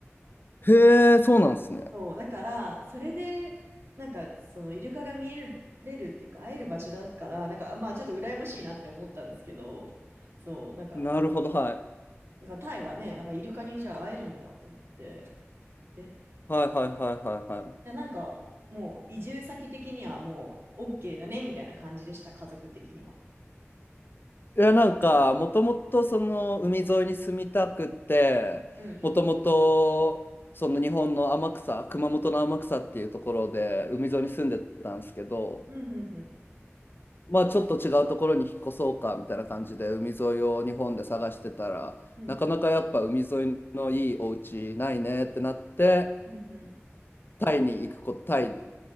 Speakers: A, on the left; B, on the right.
A: い。へえ、そうなんですね。
B: そう、だから、それで、なんか、その、イルカが見える、れるっていうか、会える場所だから、なんか、まあ、ちょっと羨ましいなって思ったんですけど、そう、なんか、
A: なるほど、はい。
B: なんかタイはね、なんか、イルカにじゃあ会えるんだと思って、え、じ
A: はいはいはいはいはい。
B: ゃあなんか、もう、移住先的にはもう、OK だね、みたいな感じでした、家族的には。
A: いや、なんか、もともとその海沿いに住みたくて、
B: うんうん
A: もともとその日本の天草、熊本の天草っていうところで海沿いに住んでたんですけど、
B: うん、うん、うん、
A: まあちょっと違うところに引っ越そうかみたいな感じで海沿いを日本で探してたら、
B: うん、
A: なかなかやっぱ海沿いのいいお家ないねってなって、
B: うん、
A: タイに行くこと、タイ